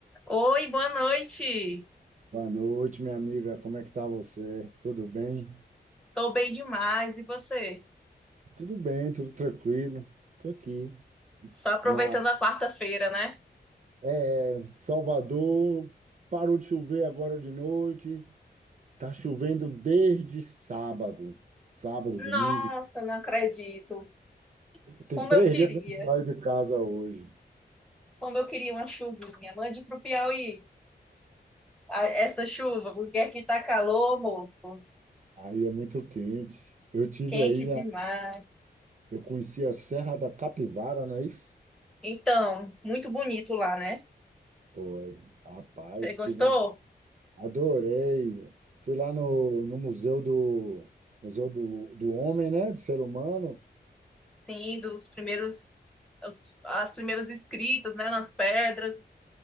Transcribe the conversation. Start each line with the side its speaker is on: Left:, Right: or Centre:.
Centre: Oi, boa noite.
Right: Boa noite, minha amiga. Como é que tá você? Tudo bem?
Centre: Tô bem demais. E você?
Right: Tudo bem, tudo tranquilo. Tô aqui
Centre: Só aproveitando
Right: na
Centre: a quarta-feira, né?
Right: é, Salvador. Parou de chover agora de noite. Tá chovendo desde sábado. Sábado,
Centre: Nossa,
Right: domingo.
Centre: não acredito.
Right: Tem
Centre: Como
Right: três
Centre: eu queria.
Right: dias que eu não saio de casa hoje.
Centre: Como eu queria uma chuvinha. Mande pro Piauí a- essa chuva, porque aqui tá calor, moço.
Right: Aí é muito quente. Eu tive
Centre: Quente
Right: aí, né?
Centre: demais.
Right: Eu conheci a Serra da Capivara, não é isso?
Centre: Então, muito bonito lá, né?
Right: Foi. Rapaz,
Centre: Você gostou?
Right: tive um Adorei. Fui lá no, no Museu do Museu do, do Homem, né? Do ser humano.
Centre: Sim, dos primeiros, os- as primeiras escritas, né, nas pedras.